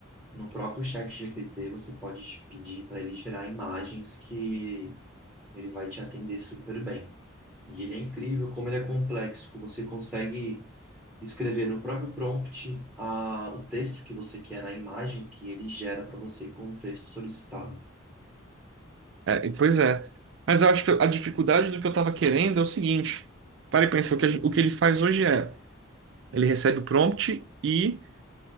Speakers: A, in the centre; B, on the right.
A: no próprio chat GPT, você pode pedir para ele gerar imagens que ele vai te atender super bem. E ele é incrível como ele é complexo, que você consegue escrever no próprio prompt a, o texto que você quer na imagem que ele gera para você com o texto solicitado.
B: É, e- pois é. Mas eu acho que a dificuldade do que eu estava querendo é o seguinte. Para e pensa, o que, a gen- o que ele faz hoje é, ele recebe o prompt e